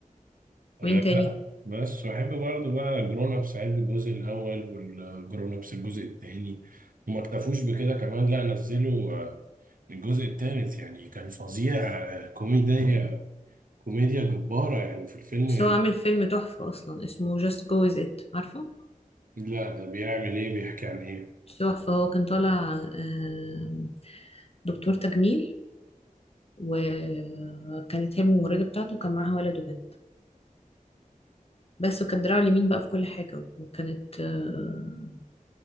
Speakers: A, on the right (about 75°); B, on the left (about 45°).
A: آه،
B: مين تاني
A: بقى بس واحب برضه بقى جرون ابس احب الجزء الاول والجرون ابس الجزء الثاني وما اكتفوش بكده كمان لا نزلوا آه، الجزء الثالث يعني كان فظيع آه، كوميديا كوميديا جبارة يعني في الفيلم
B: بس هو عامل فيلم تحفة اصلا اسمه Just Go With It عارفه
A: لا ده بيعمل ايه بيحكي عن ايه
B: تحفة هو كان طالع آم، دكتور تجميل وكانت هي الممرضة بتاعته كان معاها ولد وبنت بس وكانت دراعه اليمين بقى في كل حاجة وكانت آه،